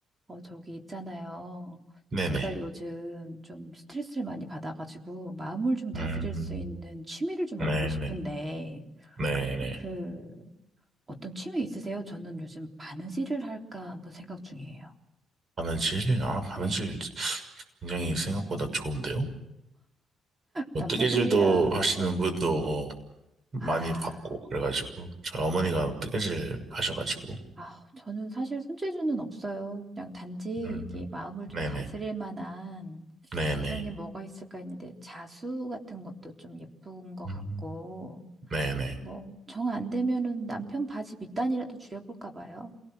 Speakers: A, on the right; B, on the right.
A: 어, 저기 있잖아요.
B: 네네.
A: 제가 요즘 좀 스트레스를 많이 받아가지고 마음을 좀 다스릴
B: 음,
A: 수 있는 취미를 좀
B: 네네.
A: 얻고 싶은데
B: 네네.
A: 그 어떤 취미 있으세요? 저는 요즘 바느질을 할까 한번 생각 중이에요.
B: 바느질? 아, 바느질
A: 네.
B: 굉장히 생각보다 좋은데요? 뭐
A: 남자분이라
B: 뜨개질도 하시는
A: 네.
B: 분도 많이
A: 아,
B: 봤고, 그래가지고, 저희 어머니가 뜨개질 하셔가지고,
A: 아, 저는 사실 손재주는 없어요. 그냥 단지
B: 음,
A: 이게 마음을 좀
B: 네네.
A: 다스릴 만한
B: 네네.
A: 그런 게 뭐가 있을까 했는데 자수 같은 것도 좀 예쁜 것 같고
B: 음, 네네.
A: 뭐, 정 안 되면은 남편 바지 밑단이라도 줄여볼까 봐요.